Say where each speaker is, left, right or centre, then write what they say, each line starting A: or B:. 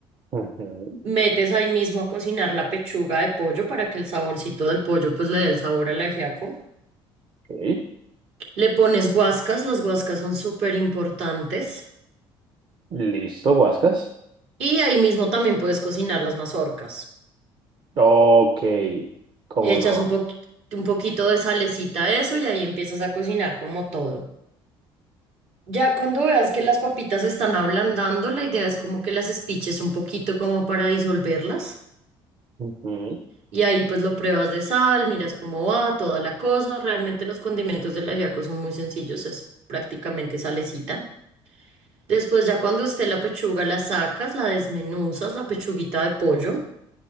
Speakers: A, on the right; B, on the right.
A: Ujú,
B: Metes ahí mismo a cocinar la pechuga de pollo para que el saborcito del pollo pues le dé el sabor al ajiaco.
A: Ok,
B: Le pones guascas, las guascas son súper importantes.
A: listo, guascas.
B: Y ahí mismo también puedes cocinar las mazorcas.
A: Ok, cómo
B: Echas
A: no.
B: un poqui- un poquito de salecita a eso y ahí empiezas a cocinar como todo. Ya cuando veas que las papitas se están ablandando, la idea es como que las espiches un poquito como para disolverlas.
A: Ujú,
B: Y ahí pues lo pruebas de sal, miras cómo va, toda la cosa. Realmente los condimentos del ajiaco son muy sencillos, es prácticamente salecita. Después ya cuando esté la pechuga la sacas, la desmenuzas, la pechuguita de pollo.